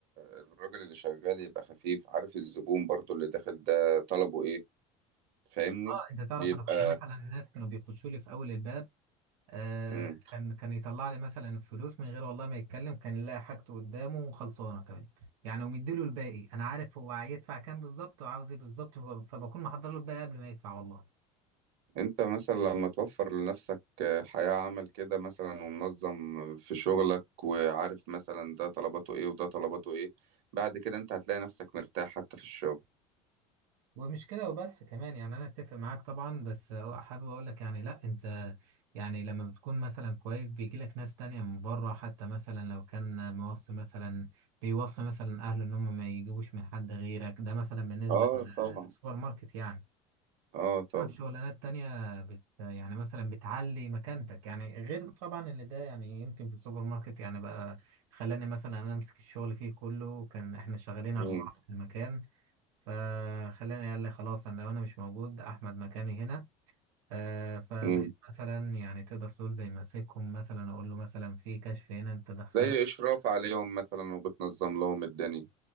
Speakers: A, on the right; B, on the right.
A: الراجل اللي شغال يبقى خفيف عارف الزبون برضه اللي داخل ده طلبه ايه فاهمني
B: اه انت تعرف
A: بيبقى
B: انا كنت مثلا الناس كانوا بيخشوا لي في اول الباب آه
A: مم.
B: كان كان يطلع لي مثلا الفلوس من غير والله ما يتكلم كان يلاقي حاجته قدامه وخلصانه كمان يعني ومديله الباقي انا عارف هو هيدفع كام بالظبط وعاوز ايه بالظبط فب- فبكون محضر له الباقي قبل ما يدفع والله
A: انت مثلا لما توفر لنفسك حياة عمل كده مثلا ومنظم في شغلك وعارف مثلا ده طلباته ايه وده طلباته ايه بعد كده انت هتلاقي نفسك مرتاح حتى في الشغل
B: ومش كده وبس كمان يعني انا اتفق معاك طبعا بس هو حابب اقول لك يعني لا انت يعني لما بتكون مثلا كويس بيجي لك ناس تانية من بره حتى مثلا لو كان موصي مثلا بيوصي مثلا اهله ان هم ما يجيبوش من حد غيرك ده مثلا بالنسبة
A: اه
B: لل-
A: طبعا
B: للسوبر ماركت يعني
A: اه طبعا
B: اما في شغلانات تانية بت يعني مثلا بتعلي مكانتك يعني غير طبعا اللي ده يعني يمكن في السوبر ماركت يعني بقى خلاني مثلا انا امسك الشغل فيه كله كان احنا شغالين اربعة
A: مم.
B: في المكان فخلاني قال لي خلاص انا لو انا مش موجود احمد مكاني هنا آه، فبقيت
A: مم.
B: مثلا يعني تقدر تقول زي ماسكهم مثلا اقول له مثلا في كشف هنا انت دخله
A: زي اشراف عليهم مثلا وبتنظم لهم الدنيا